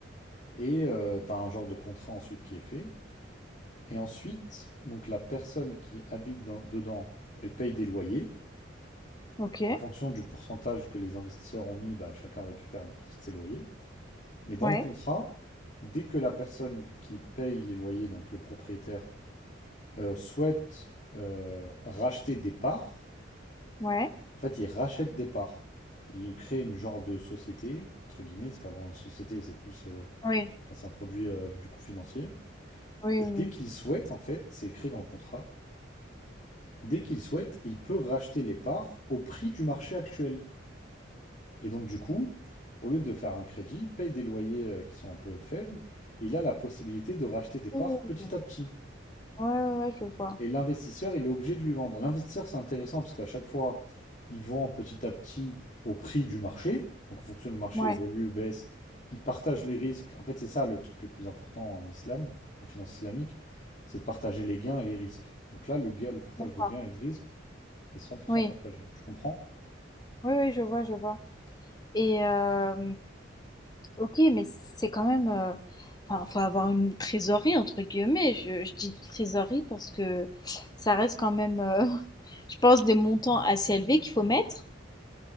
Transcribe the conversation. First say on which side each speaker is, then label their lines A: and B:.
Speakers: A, on the left; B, on the left.
A: et euh, t'as un genre de contrat ensuite qui est fait. Et ensuite, donc la personne qui habite dans- dedans, elle paye des loyers.
B: Ok.
A: En fonction du pourcentage que les investisseurs ont mis, bah, chacun récupère une partie de ses loyers. Mais dans
B: Ouais,
A: le contrat, dès que la personne qui paye les loyers, donc le propriétaire, euh, souhaite euh, racheter des parts,
B: ouais.
A: en fait, il rachète des parts. Il crée une genre de société, entre guillemets, c'est pas vraiment une société, c'est plus euh,
B: Oui,
A: enfin, c'est un produit euh, du coup financier.
B: oui,
A: Et
B: oui.
A: dès qu'il souhaite, en fait, c'est écrit dans le contrat, dès qu'il souhaite, il peut racheter les parts au prix du marché actuel. Et donc, du coup, au lieu de faire un crédit, il paye des loyers euh, qui sont un peu faibles et il a la possibilité de racheter des parts
B: oui.
A: petit à petit.
B: Ouais, ouais, ouais, je vois.
A: Et l'investisseur, il est obligé de lui vendre. L'investisseur, c'est intéressant parce qu'à chaque fois, il vend petit à petit au prix du marché. Donc, en fonction du marché
B: Ouais,
A: évolue ou baisse, il partage les risques. En fait, c'est ça le truc le plus important en islam, en finance islamique, c'est de partager les gains et les risques. Donc là, le, gain- le partage
B: d'accord.
A: de gains et de risques est cent pour
B: Oui,
A: cent partagé. Tu comprends?
B: oui, oui, je vois, je vois. Et euh, ok, mais c'est quand même. euh, Enfin, faut avoir une trésorerie, entre guillemets. Je, je dis trésorerie parce que ça reste quand même, euh, <laughs> je pense, des montants assez élevés qu'il faut mettre.